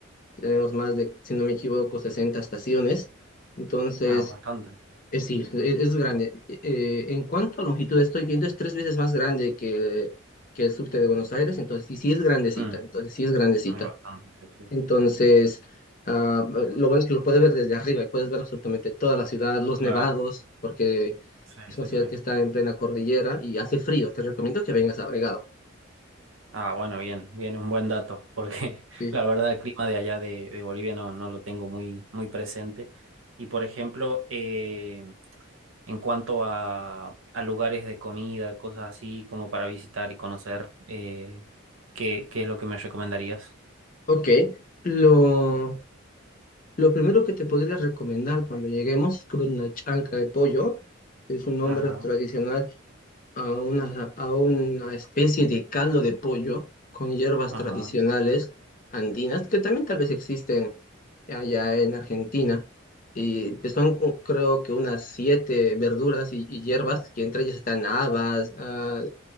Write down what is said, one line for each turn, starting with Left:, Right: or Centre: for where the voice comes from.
Left: Tenemos más de, si no me equivoco, 60 estaciones. Entonces,
Right: Ah, bastante.
Left: es, sí, es, es grande. Eh, en cuanto a longitud, estoy viendo es tres veces más grande que, que el subte de Buenos Aires. Entonces, sí, sí es grandecita.
Right: Mm,
Left: Entonces, sí es grandecita.
Right: mm, bastante, sí, sí.
Left: Entonces, ah, lo bueno es que lo puedes ver desde arriba y puedes ver absolutamente toda la ciudad, los
Right: Claro,
Left: nevados, porque
Right: sí,
Left: es
Right: sí,
Left: una ciudad
Right: sí.
Left: que está en plena cordillera y hace frío. Te recomiendo que vengas abrigado.
Right: Ah, bueno, bien, bien, un buen dato, porque <laughs>
Left: Sí.
Right: la verdad el clima de allá de, de Bolivia no, no lo tengo muy, muy presente. Y por ejemplo, eh, en cuanto a, a lugares de comida, cosas así como para visitar y conocer, eh, ¿qué, qué es lo que me recomendarías?
Left: Ok, lo, lo primero que te podría recomendar cuando lleguemos es comer una chanca de pollo. Es un nombre
Right: Ajá,
Left: tradicional a una, a una especie de caldo de pollo con hierbas
Right: ajá,
Left: tradicionales andinas que también tal vez existen allá en Argentina. Y pues son co- creo que unas siete verduras y, y hierbas, que entre ellas están habas, ah,